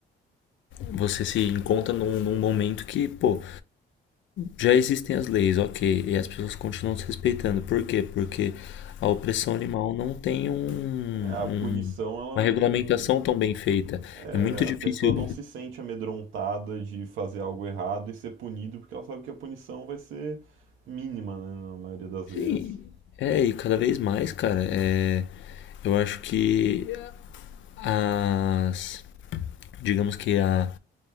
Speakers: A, on the left; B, on the right.
A: você se encontra num, num momento que, pô, já existem as leis, ok, e as pessoas continuam se respeitando. Por quê? Porque a opressão animal não tem um,
B: É, a
A: um-
B: punição, ela
A: uma
B: não.
A: regulamentação tão bem feita.
B: é,
A: É muito difícil.
B: a pessoa não se sente amedrontada de fazer algo errado e ser punido, porque ela sabe que a punição vai ser mínima, né, na maioria das
A: Sim,
B: vezes.
A: é, e cada vez mais, cara, é, eu acho que as, digamos que a